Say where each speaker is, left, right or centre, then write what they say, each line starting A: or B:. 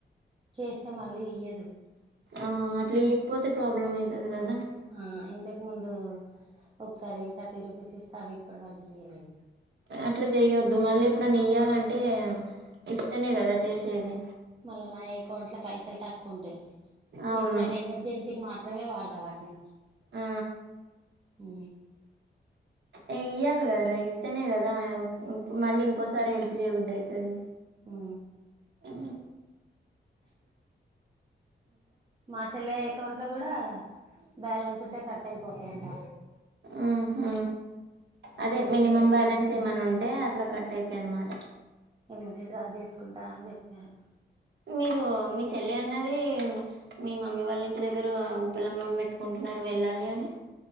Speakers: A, on the right; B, on the right.
A: చేస్తే మళ్ళీ ఇయ్యదు
B: ఆ అట్లియ్యకపోతే ప్రాబ్లం ఐతది గదా
A: ఆ ఇంతకు ముందు ఒకసారి థర్టీ రూపీస్ ఇస్తే అవి ఇప్పటి వరకు ఇయ్యలే
B: అట్లా చేయొద్దు మళ్ళీ ఎప్పుడు ఇయ్యాలంటే ఇస్ తేనే గదా చేసేది
A: మళ్ళ నా యెకౌంట్లో పైసలు తక్కువుంటాయి
B: అవును
A: ఎప్పుడన్నా ఎమర్జెన్సీ కి మా త్రమే వాడుతా వాట్ని
B: ఊ
A: ఊ
B: ఏయ్యాల గద రైస్ తేనే గదా ఇప్పుడు మళ్ళీ కోసారి హెల్ప్ చేయబుద్దైతాది
A: ఊ
B: ఊ
A: మా చెల్లాయి అకౌంట్ లో కూడా బ్యాలెన్స్ ఉంటే కట్ ఐపోతాయంట
B: ఊహూ అదే
A: ఊరికే
B: మినిమం
A: అయితే
B: బ్యాలెన్స్
A: నేను
B: ఏమైన్నా ఉంటే అట్లా కట్ అయితే అనమాట
A: ఎమ్మటె డ్రా చేసుకుంటా అని చెప్పారు
B: మీరు మీ చెల్లి అన్నది మీ మమ్మీ వాళ్ళ ఇంటి దగ్గర ఉపలంబం పెట్టుకుంటున్నారు వేళ్ళాలీ అని